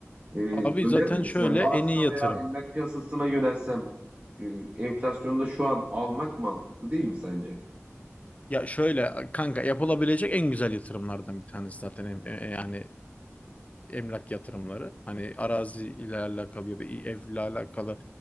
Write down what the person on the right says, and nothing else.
e,
önerir
misin
abi arsa
veya emlak piyasasına yönelsem e, enflasyonda şu an almak mantıklı değil mi sence?